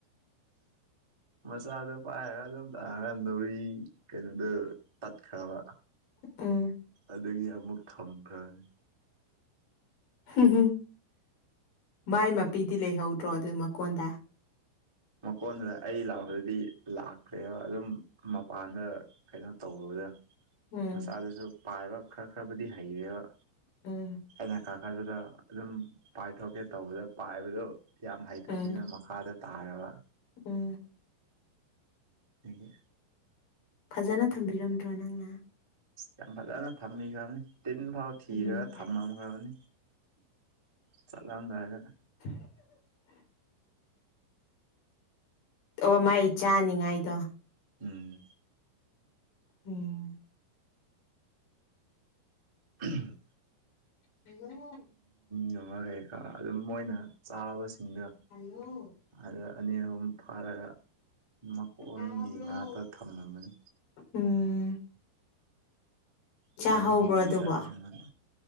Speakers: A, on the left; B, on the right.
A: <inaudible>
B: ꯃꯆꯥꯗꯣ ꯄꯥꯏꯔꯒ ꯑꯗꯨꯝ ꯇꯥꯔꯒ ꯧꯔꯤ ꯀꯩꯅꯣꯗꯨꯣ ꯇꯠꯈ꯭ꯔꯕ
A: ꯎꯝ
B: ꯑꯗꯒꯤ ꯑꯃꯨꯛ ꯊꯝꯈ꯭ꯔꯅꯤ
A: ꯎꯝ ꯃꯥꯏ ꯃꯄꯤꯗꯤ ꯂꯩꯍꯧꯗ꯭ꯔꯣ ꯑꯗꯨ ꯃꯀꯣꯟꯗ
B: ꯃꯀꯣꯟꯗꯨꯗ ꯑꯩ ꯂꯥꯛꯄꯗꯗꯤ ꯂꯥꯛꯇ꯭ꯔꯦꯕ ꯑꯗꯨꯝ ꯃꯄꯥꯟꯗ ꯀꯩꯅꯣ ꯇꯧꯔꯨꯕꯗ
A: ꯎꯝ
B: ꯃꯆꯥꯗꯨꯁꯨ ꯄꯥꯏꯕ ꯈꯔ ꯈꯔꯕꯨꯗꯤ ꯍꯩꯔꯦꯕ
A: ꯎꯝ
B: ꯑꯩꯅ ꯀꯥꯈꯠꯄꯗ ꯑꯗꯨꯝ ꯄꯥꯏꯊꯣꯛꯀꯦ ꯇꯧꯕꯗ ꯄꯥꯏꯕꯗꯨ ꯌꯥꯝ ꯍꯩꯇꯕꯅꯤꯅ
A: ꯎꯝ
B: ꯃꯈꯥꯗ ꯇꯥꯔꯒ
A: ꯎꯝ
B: ꯍꯗꯤ
A: ꯐꯖꯅ ꯊꯝꯕꯤꯔꯝꯗ꯭ꯔꯣ ꯅꯪꯅ
B: ꯌꯥꯝ ꯐꯖꯅ ꯊꯝꯃꯤ ꯈꯕꯅꯤ ꯇꯤꯟ ꯐꯥꯎ ꯊꯤꯑꯒ
A: ꯎꯝ
B: ꯊꯝꯃꯝ ꯈꯕꯅꯤ ꯆꯠꯂꯝꯑꯗꯥ ꯍꯥꯏꯒ
A: <inaudible> <inaudible> ꯑꯣ ꯃꯥꯏ ꯆꯥꯅꯤꯡꯉꯥꯏꯗꯣ
B: ꯎꯝ
A: ꯎꯝ
B: ꯎꯍꯨꯝ
A: ꯍꯜꯂꯣ
B: ꯅꯃ ꯀꯩꯀꯥ ꯑꯗꯨꯝ ꯃꯣꯏꯅ ꯆꯥꯕꯁꯤꯡꯗꯣ
A: ꯍꯜꯂꯣ
B: ꯍꯥꯜꯂꯛꯑꯅꯤ ꯑꯍꯨꯝ ꯐꯥꯔꯒ ꯃꯀꯣꯟꯒꯤ
A: ꯇꯥꯕ꯭ꯔꯣ
B: ꯃꯅꯥꯛꯇ ꯊꯝꯂꯝꯃꯅꯤ
A: ꯎꯝ ꯆꯥꯍꯧꯕ꯭ꯔꯣ
B: ꯆꯥꯅꯤꯡ ꯑꯦ ꯍꯥꯏꯗꯤ
A: ꯑꯗꯨꯕꯣ
B: ꯆꯖꯥ ꯁꯅꯨꯅꯥ